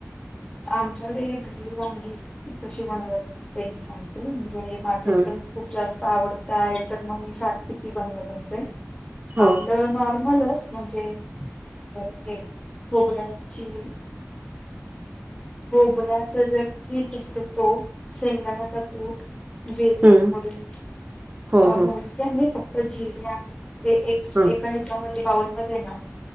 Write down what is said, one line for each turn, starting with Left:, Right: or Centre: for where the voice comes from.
Left: आमच्याकडे भरली वांगी कशी बनवतात, ते मी सांगते म्हणजे माझं
Right: ह
Left: एकदम खूप जास्त आवडत आहे तर मग मी सारखि ती बनवत असते.
Right: हो
Left: आपलं नॉर्मलच म्हणजे, हे खबऱ्याची खोबऱ्याच जे कीस असतो तो, शैदानाचा कूट. जिरे,
Right: हम्म
Left: मोहरी,
Right: हो हो
Left: मोहरी का नाही फक्त जिरे आणि ते एक
Right: हा
Left: एका हितामध्ये बाऊलमध्ये ना